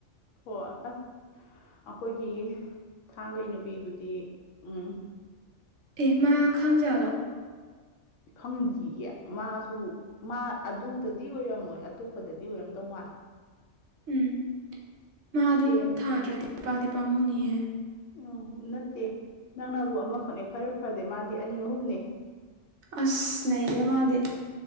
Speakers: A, on the left (about 90°); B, on the right (about 70°).
A: ꯍꯣꯏ <unintelligible> ꯑꯈꯣꯏꯒꯤ ꯊꯥꯡꯒꯩ ꯅꯨꯄꯤꯗꯨꯗꯤ ꯎꯝ
B: ꯑꯦ ꯃꯥ ꯈꯪꯖꯥꯠꯂꯣ
A: ꯈꯪꯗꯤꯌꯦ ꯃꯥꯖꯨ ꯃꯥ ꯑꯗꯨꯗꯗꯤ ꯑꯣꯏꯔꯝꯃꯣꯏ ꯑꯇꯣꯞꯄꯗꯗꯤ ꯑꯣꯏꯔꯝꯗꯧ ꯃꯥꯜꯂꯦ
B: ꯎꯝ ꯃꯥ ꯑꯗꯨ
A: ꯑꯦ
B: ꯊꯥꯗ꯭ꯔꯗꯤ ꯄꯥꯗꯤ ꯄꯥꯝꯃꯨꯅꯤꯍꯦ
A: ꯎꯝ ꯅꯠꯇꯦ ꯅꯪꯅꯕꯨ ꯑꯃꯈꯛꯅꯦ <unintelligible> ꯐꯔꯗꯤ ꯃꯥꯗꯤ ꯑꯅꯤ ꯑꯍꯨꯝꯅꯦ
B: ꯑꯁ ꯅꯩꯔꯦ ꯃꯥꯗꯤ